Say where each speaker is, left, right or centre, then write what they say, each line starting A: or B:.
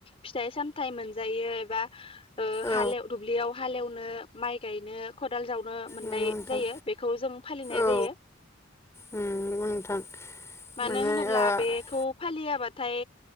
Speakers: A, on the left; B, on the left.
A: फिथाइ साम मोनजायो एबा ओ हालेव
B: औ
A: दुब्लियाव हालेवनो माइ गायनो ख दाल जावनो मोननाय
B: नंगौ नोंथां
A: जायो बेखौ जों फालिनाय
B: औ
A: जायो
B: उम नंगौ नोंथां
A: मानो
B: माने
A: होनोब्ला
B: ओ
A: बेखौ फालिया बाथाय